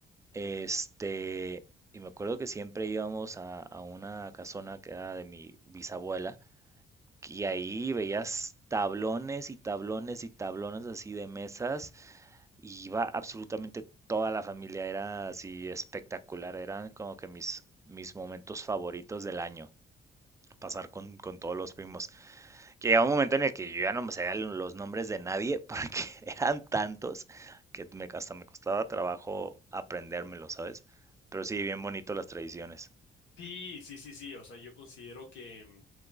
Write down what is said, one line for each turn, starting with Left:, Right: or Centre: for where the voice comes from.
Right: este, y me acuerdo que siempre íbamos a, a una casona que era de mi bisabuela, y ahí veías tablones y tablones y tablones así de mesas, y iba absolutamente toda la familia, era así espectacular, eran como que mis, mis momentos favoritos del año, pasar con, con todos los primos que llegaba un momento en el que yo ya no me sabía los nombres de nadie porque <laughs> eran tantos que me, hasta me costaba trabajo aprendérmelo, ¿sabes? Pero sí, bien bonito las tradiciones.
Left: Sí, sí, sí, sí. O sea, yo considero que